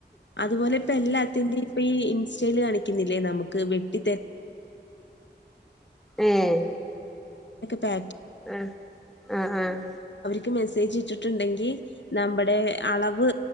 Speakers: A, on the left; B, in the centre.
A: അത്പോലെ ഇപ്പ എല്ലാത്തിന്റെ ഇപ്പ ഈ ഇൻസ്റ്റൈൽ കാണിക്ക് <unintelligible> നമ്മുക്ക് വെട്ടി
B: ഏഹ്
A: പേ
B: ആഹ് ആഹ് ആഹ്
A: ക്കേജ് ഇട്ടിട്ട്ണ്ടെങ്കി നമ്മടെ അളവ്